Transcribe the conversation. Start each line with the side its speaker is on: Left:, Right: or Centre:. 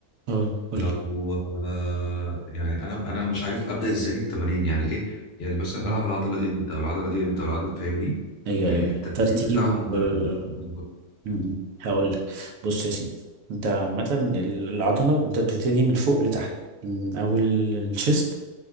Right: اه قول
Left: لو
Right: لي
Left: آه، يعني انا انا مش عارف ابدا ازاي التمارين يعني ايه يعني مثلا
Right: مم.
Left: العب العضله دي امتى والعضله دي امتى والعضله فاهمني
Right: ايوه
Left: يعني
Right: ايوه
Left: الترتيب
Right: ترتيب
Left: بتاعهم بقى
Right: آه،
Left: بيبقى بالظبط
Right: م- م. هقول لك بص يا سيدي انت عامة ال- العضلة انت بتبتدي من فوق لتحت من اول الشيست